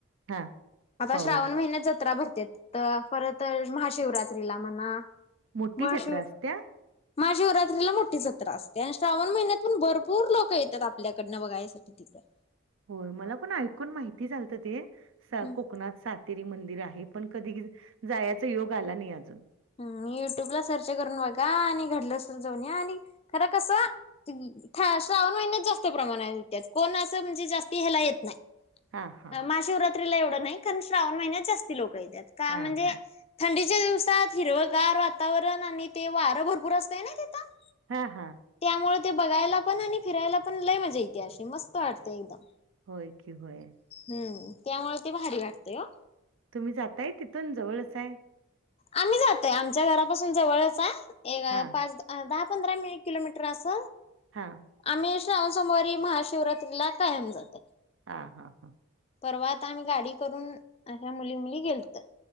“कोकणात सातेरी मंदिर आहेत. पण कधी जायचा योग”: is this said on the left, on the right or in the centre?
Right